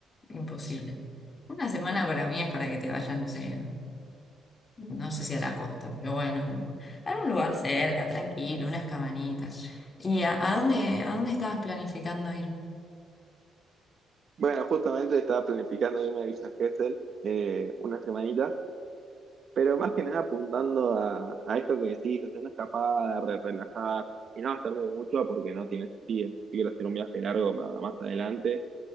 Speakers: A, on the left; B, on the right.
A: imposible. Una semana para mí es para que te vayan, no sé, no sé si a la costa, pero bueno, lo- algún lugar cerca, tranquilo, unas cabañitas. ¿Y a, a dónde, a dónde estabas planificando ir?
B: Bueno, justamente estaba planificando irme a Villa Gesell eh, una semanita Pero más que nada apuntando a, a esto que decís, hacer una escapada, re- relajar y no gastarme mucho porque no tiene sentido. Si quiero hacer un viaje largo más, más adelante,